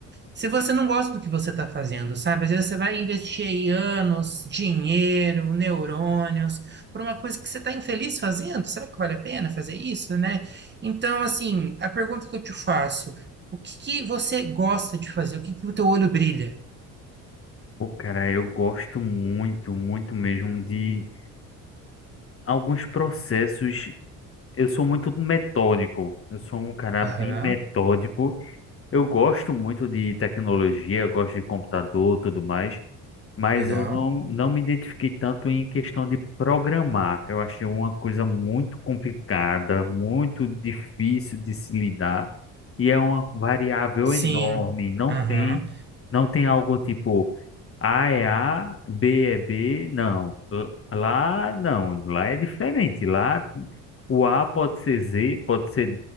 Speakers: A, on the right; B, on the left.
A: se você não gosta do que você está fazendo, sabe? Às vezes você vai investir aí anos, dinheiro, neurônios, por uma coisa que você está infeliz fazendo. Será que vale a pena fazer isso, né? Então, assim, a pergunta que eu te faço, o que que você gosta de fazer? O que que o teu olho brilha?
B: Pô, cara, eu gosto muito, muito mesmo de alguns processos. Eu sou muito metódico, eu sou um cara
A: Aham,
B: bem metódico. Eu gosto muito de tecnologia, eu gosto de computador, tudo mais. mas
A: legal.
B: eu não, não me identifiquei tanto em questão de programar. Eu achei uma coisa muito complicada, muito difícil de se lidar, e é uma variável
A: Sim,
B: enorme. Não
A: aham.
B: tem, não tem algo tipo A é A, B é B, não. L- Lá não, lá é diferente. Lá o A pode ser Z, pode ser,